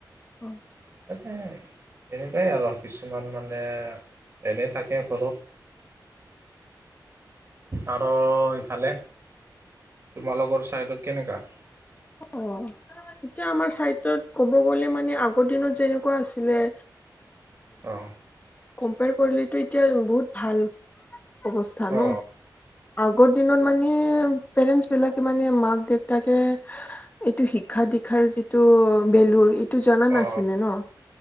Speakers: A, on the left (about 20°); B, on the right (about 35°).
A: অ।
B: <unintelligible> এনেকুৱাই আৰু! কিছুমান মানে এনেই থাকে ঘৰত আৰু ইফালে তোমালোকৰ ছাইডত কেনেকা?
A: অ', এতিয়া, আমাৰ চাইডটোত ক'ব গ'লে মানে আগৰ দিনত যেনেকুৱা আছিলে
B: অ',
A: কম্পেয়েৰ কৰিলেটো এতিয়া, বহুত ভাল। অৱস্থা ন,
B: অ
A: আগৰ দিনত মানে পেৰেঞ্চ বিলাকে মানে মাক দেউতাকে এইটো শিক্ষা দিক্ষাৰ যিটো ভেলু টো জনা
B: অ
A: নাছিলে ন!